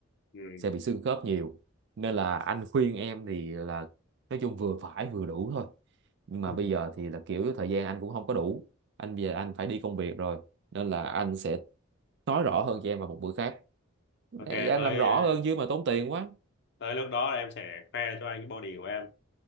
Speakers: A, on the left; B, on the right.
A: ừ.
B: sẽ bị xương khớp nhiều nên là anh khuyên em thì là nói chung vừa phải vừa đủ thôi nhưng mà
A: ừ.
B: bây giờ thì là kiểu thời gian anh cũng không có đủ anh bây giờ anh phải đi công việc rồi nên là anh sẽ nói rõ hơn cho em vào một bữa khác để
A: ok
B: em
A: tới
B: làm rõ
A: ờ,
B: hơn chứ mà tốn tiền quá
A: tới lúc đó là em sẽ khoe cho anh cái body của em